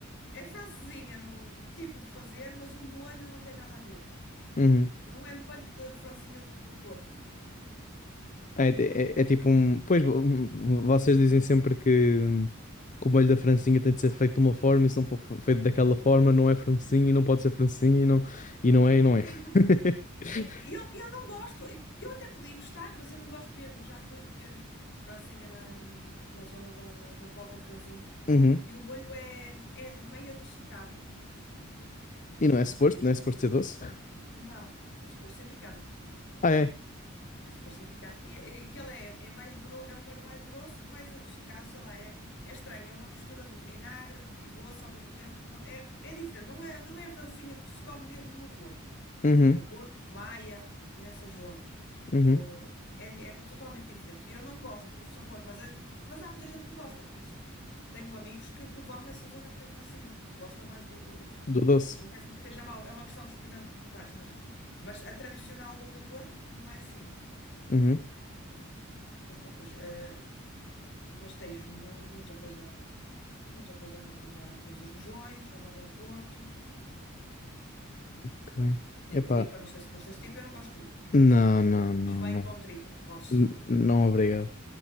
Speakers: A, on the left (about 60°); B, on the left (about 35°).
A: é francesinha no, no tipo de fazer, mas o molho não tem nada a ver.
B: Uhum.
A: Não é molho de, de francesinha do, do Porto. do-
B: É, é- é é tipo
A: eu,
B: um. Pois vo- um, vocês dizem sempre que, que o molho da francesinha tem de ser feito de uma forma, e se não for fe- feito daquela forma, não é francesinha e não pode ser francesinha e não, e não é e não é.
A: sim, porque
B: <laughs>
A: é- eu, eu não gosto. Eu até podia gostar, mas eu não gosto mesmo. Já fui comer francesinha na, na zona da, da, da Póvoa de Varzim
B: Uhum.
A: e o molho é, é meio adocicado. E,
B: E não é suposto, não
A: e
B: é suposto ser doce.
A: não, é suposto ser picante.
B: Ah, é.
A: É suposto ser picante. E, e aquele é, é mais grosso, é um molho mais grosso, mais adocicado, sei lá, é, é estranho, é uma mistura de vinagre e doce ao mesmo tempo. Não, é, é diferente, não é, não é a francesinha que se come mesmo no Porto.
B: Uhum.
A: No Porto, na Maia, nessas zonas.
B: Uhum.
A: Uh, é, di- é totalmente diferente. E eu não gosto do sabor, mas, é- mas há muita gente que gosta, conheço. Tenho amigos que, que vão a essa zona comer francesinha, porque gostam mais do, do-
B: Do doce.
A: Não quer dizer que seja mau, é uma questão de experimentares, mas, mas a tradicional do, do Porto não é assim.
B: Uhum.
A: Mas pronto, mas, eh, mas tens mu- muita coisa, muita coisa para provar. Tens os rojões, a moda de Porto,
B: Ok.
A: tem
B: Epá.
A: tripa, não sei se gostas de tripa, eu não gosto de tripas, mas,
B: Não, não, não,
A: mas bem
B: não.
A: com tripa, podes,
B: N- não, obrigado.